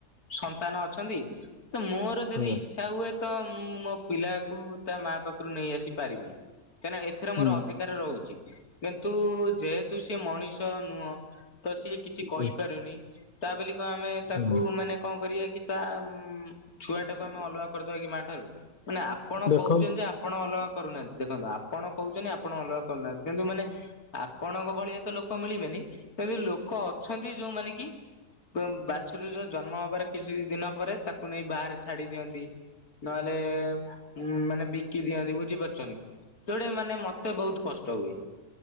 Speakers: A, on the left; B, on the left.
A: ସନ୍ତାନ ଅଛନ୍ତି ତ ମୋର ଯଦି
B: ହୁଁ
A: ଇଚ୍ଛା ହୁଏ ତ ମୁଁ ମୋ ପିଲାକୁ ତା ମାଆ ପାଖରୁ ନେଇ ଆସିପାରିବି କାହିଁକିନା ଏ ଏଥିରେ
B: ହୁଁ
A: ମୋର ଅଧିକାର ରହୁଚି କିନ୍ତୁ ଯେହେତୁ ସିଏ ମଣିଷ ନୁହଁ ତ ସିଏ କିଛି କହିପାରୁନି
B: ହୁଁ
A: ତା ବୋଲି କଣ ଆମେ ତାକୁ
B: ହୁଁ
A: ମାନେ କଣ କରିବା କି ତା ଉମ୍ ଛୁଆଟାକୁ ଆମେ ଅଲଗା କରିଦବା କି ମାଠାରୁ। ମାନେ ଆପଣ
B: ଦେଖନ୍ତୁ
A: କହୁଚନ୍ତି ଯେ ଆପଣ ଅଲଗା କରୁନାହାନ୍ତି ଦେଖନ୍ତୁ ଆପଣ କୋହୁଚନ୍ତି ଆପଣ ଅଲଗା କରୁନାହାନ୍ତି କିନ୍ତୁ ମାନେ ଆପଣଙ୍କ ଭଳିଆ ତ ଲୋକ ମିଳିବେନି ତେବେ ଲୋ ଲୋକ ଅଛନ୍ତି ଯୋଉମାନେ କି ତମ୍ ବାଛୁରୀର ଜନ୍ମ ହବାର କିଛି ଦିନ ପରେ ତାକୁ ନେଇ ବାହାରେ ଛାଡିଦିଅନ୍ତି ନହେଲେ ଉଁ ମାନେ ବିକିଦିଅନ୍ତି ବୁଝିପାରୁଚନ୍ତି। ଯୋଉଟା କି ମାନେ ମତେ ବୋହୁତ କଷ୍ଟ ହୁଏ।